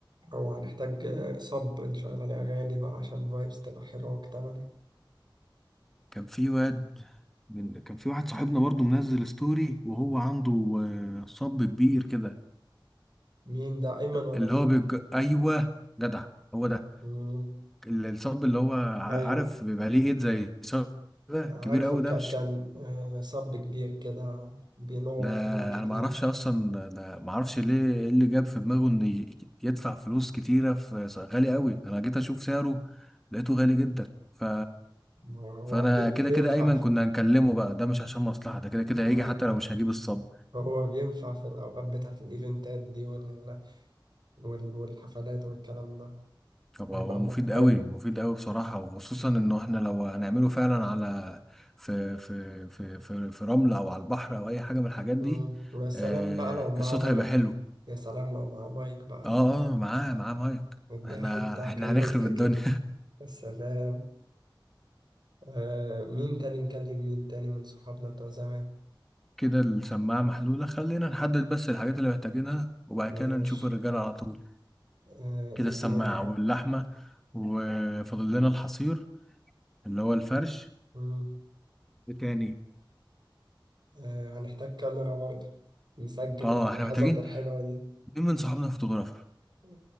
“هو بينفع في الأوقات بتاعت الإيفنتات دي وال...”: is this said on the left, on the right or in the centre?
Right